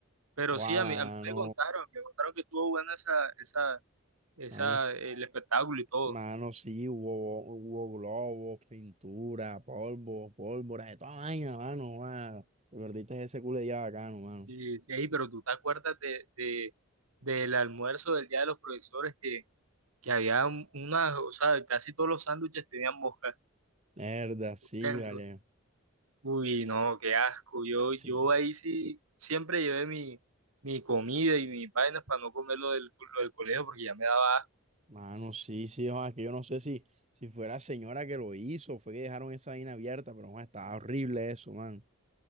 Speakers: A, on the right; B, on the right.
A: Pero
B: Oa,
A: sí, a mí,
B: mano,
A: a mí me contaron, me contaron que estuvo buena esa, esa, esa,
B: mano, eso.
A: el espectáculo y todo.
B: Mano, sí, hubo, hubo globos, pintura, polvo, pólvora, de toda vaina, mano, mano. Te perdiste ese culo de día bacano, mano.
A: Sí, sí, ey, pero tú te acuerdas de, de- del almuerzo del día de los profesores que, que había un- unas, o sea, casi todos los sándwiches tenían moscas
B: Mierda, sí,
A: dentro.
B: vale.
A: Uy, no, qué asco. Yo,
B: Sí.
A: yo ahí sí siempre llevé mi, mi comida y mis vainas para no comer lo del, lo del colegio porque ya me daba asco.
B: Mano, sí, sí, joa, que yo no sé si, si fue la señora que lo hizo, fue que dejaron esa vaina abierta, pero joa, estaba horrible eso, mano.